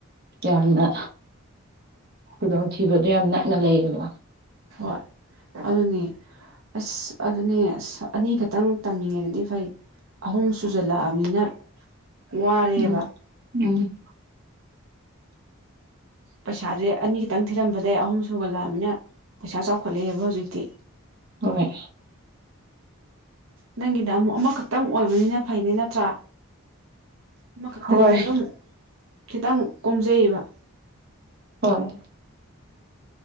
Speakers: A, on the right; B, on the right.
A: ꯌꯥꯝꯅ ꯈꯨꯗꯣꯡꯊꯤꯕꯗꯣ ꯌꯥꯝ ꯅꯛꯅ ꯂꯩꯌꯦꯕ
B: ꯍꯣꯏ ꯑꯗꯨꯅꯤ꯫ ꯑꯁ ꯑꯗꯨꯅꯦ ꯑꯁ ꯑꯅꯤ ꯈꯛꯇꯪ ꯇꯝꯅꯤꯡꯉꯦ ꯑꯗꯨꯗꯤ ꯐꯩ ꯑꯍꯨꯝ ꯁꯨꯖꯜꯂꯛꯑꯅꯤꯅ ꯋꯥꯔꯦꯕ
A: ꯎꯝ ꯎꯝ
B: ꯄꯩꯁꯥꯁꯦ ꯑꯅꯤ ꯈꯤꯇꯪ ꯊꯤꯔꯝꯕꯗꯒꯤꯩ ꯑꯍꯨꯝ ꯁꯨꯒꯠꯂꯛꯑꯃꯤꯅ ꯄꯩꯁꯥ ꯆꯥꯎꯈꯠꯂꯛꯑꯦꯕ ꯍꯧꯖꯤꯛꯇꯤ
A: ꯍꯣꯏ
B: ꯅꯪꯒꯤꯗ ꯑꯃꯨꯛ ꯑꯃꯈꯛꯇꯪ ꯑꯣꯏꯕꯅꯤꯅ ꯐꯩꯅꯦ ꯅꯠꯇ꯭ꯔꯥ ꯑꯃꯈꯛꯇꯅꯤꯅ
A: ꯍꯣꯏ
B: ꯑꯗꯨꯝ ꯈꯤꯇꯪ ꯀꯣꯝꯖꯩꯌꯦꯕ
A: ꯍꯣꯏ